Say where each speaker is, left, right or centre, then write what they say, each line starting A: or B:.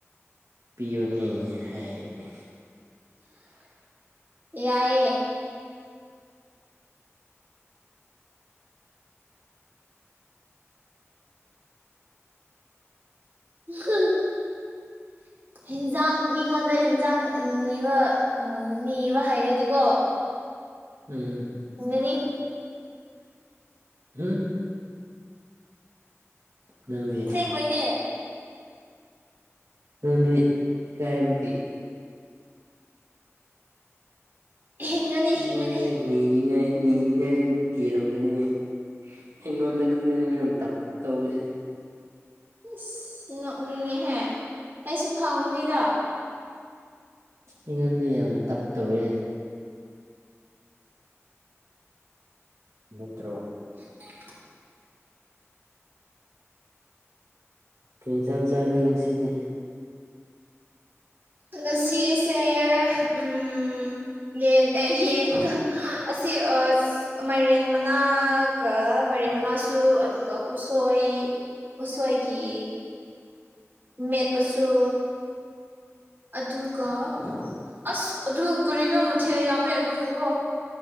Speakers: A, on the right; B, on the right.
A: ꯄꯤꯌꯨꯅꯤ ꯍꯥꯏꯅꯤ
B: ꯌꯥꯏꯌꯦ <unintelligible> ꯍꯟꯖꯥꯡ ꯃꯤꯉꯣꯟꯗ ꯍꯟꯖꯥꯡ ꯅꯤꯕ ꯅꯤꯕ ꯍꯩꯔꯗꯤꯀꯣ
A: ꯎꯝ
B: ꯃꯅꯤ
A: ꯍꯝ ꯅꯪꯗꯤ
B: ꯁꯕꯣꯏꯅꯦ
A: ꯑꯗꯨꯗꯤ ꯀꯥꯏꯕꯀꯤ
B: ꯍꯤꯡꯒꯅꯤ
A: ꯏꯉꯣꯟꯗ
B: ꯍꯤꯡꯒꯅꯤ
A: ꯅꯂꯤꯉ ꯅꯅꯤꯂꯤꯉꯥꯏꯁꯨ ꯀꯤꯔꯒꯅꯤꯅꯦ ꯑꯩꯉꯣꯟꯗ ꯈꯅꯤ ꯅꯉ ꯇꯞ ꯇꯧꯕꯁꯦ
B: ꯏꯁꯁ ꯅꯣꯛꯅꯤꯡꯉꯦꯍꯦ ꯑꯩꯁꯨ ꯐꯪꯉꯨꯅꯤꯗ
A: ꯏꯉꯗꯤ ꯌꯥꯝ ꯇꯞ ꯇꯋꯦ ꯃꯠꯇ꯭ꯔꯣ
B: <unintelligible>
A: ꯀꯩ ꯏꯟꯁꯥꯡ ꯆꯥꯒꯦ ꯉꯁꯤꯗꯤ
B: ꯉꯁꯤꯁꯦ ꯎꯝ ꯌꯦꯟ ꯑꯦ ꯌꯦꯟ ꯑꯁꯤ ꯃꯥꯏꯔꯦꯟ ꯃꯅꯥꯀ ꯃꯦꯝ ꯃꯅꯥꯁꯨ ꯑꯗꯨꯒ ꯎꯁꯣꯏ ꯎꯁꯣꯏꯒꯤ ꯃ ꯇꯁꯨꯁꯨ ꯑꯗꯨꯒ ꯑꯁ ꯑꯗꯨ ꯀꯔꯤꯅꯣ ꯃꯊꯦꯜ ꯌꯥꯝꯃꯦ ꯑꯗꯨꯕꯨꯀꯣ